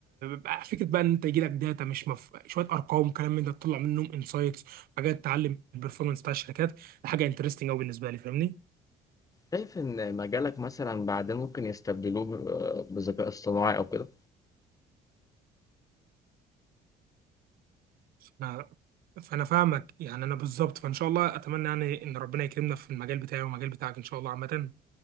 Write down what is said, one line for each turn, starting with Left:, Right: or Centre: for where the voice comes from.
Right: بقى فكره بقى ان انت يجي لك داتا مش مف... شويه ارقام كلام من ده تطلع منهم انسايتس حاجات تعلم البرفورمانس بتاع الشركات ده حاجه انترستنج قوي بالنسبه لي فاهمني
Left: شايف ان مجالك مثلا بعدين ممكن يستبدلوه ب- بالذكاء اصطناعي او كده
Right: انا فانا فاهمك يعني انا بالظبط فان شاء الله اتمنى يعني ان ربنا يكرمنا في المجال بتاعي والمجال بتاعك ان شاء الله عامه